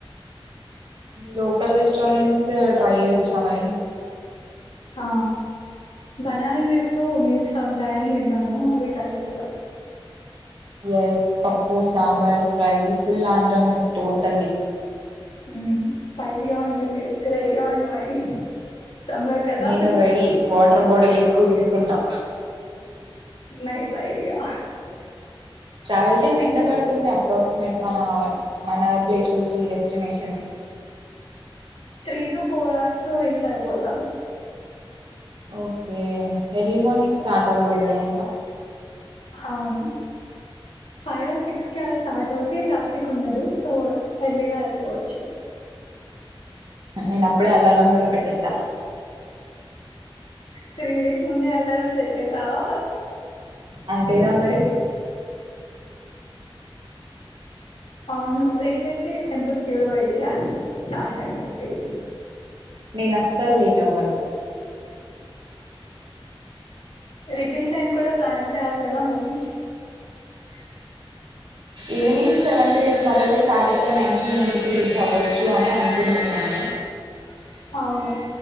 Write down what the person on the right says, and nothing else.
లోకల్ రెస్టారెంట్స్ ట్రై చేయ్యొచ్చా మరి
ఎస్ పప్పు sambar fry full Andhra meals totally
నేను రెడీ వాటర్ బాటిల్ ఎక్కువ తీసుకుంటా
ట్రావెల్ టైమ్ ఎంత పడుతుంది అప్రాక్సిమేట్ మన మన ప్లేస్ నుంచి డెస్టినేషన్ కి
ఓకే ఎర్లీ మార్నింగ్ స్టార్ట్ అవ్వాలి కదా ఇంకా
నేను అప్పుడే అల్లారం కూడా పెట్టేశా
అంతేగా మరి
నేను అస్సలు లేట్ అవ్వను
ఈవినింగ్ సెవెన్ టు ఎయిట్ మద్యలో స్టార్ట్ అయితే నైన్ కి ఇంటికి రీచ్ అవ్వచ్చు అని అనుకుంటున్నా నేను